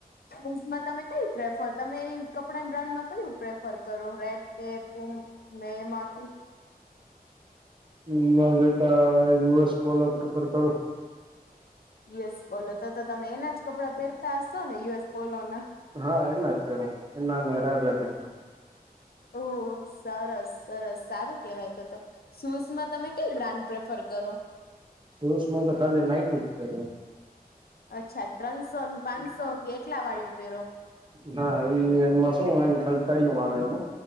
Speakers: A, on the left; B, on the right.
A: સૂઝમાં તમે કયું પ્રેફર, તમે કપડાની બ્રાન્ડમાં કયું પ્રેફર કરો? રેડટેપ, પુમ ને એમાંથી?
B: <inaudible> યુ એસ પોલો પ્રિફર કરું.
A: યુ એસ પોલો, તો-તો તમે એના જ કપડાં પહેરતા હશો ને યુ એસ પોલો ના?
B: હા એના જ પહેરું. એના ને રજાબેટના.
A: ઓહ! સરસ-સરસ, સારું કહેવાય તો-તો. શૂઝમાં તમે કંઈ બ્રાન્ડ પ્રેફર કરો?
B: શૂઝ માં તો ખાલી નાયકી જ પહેરું હું.
A: અચ્છા. ત્રણસો ન પાંસો કેટલા વાળીનું પહેરો?
B: હા ઈ એનમાં શું હોય ખાલી તડીયું આવે એમનું.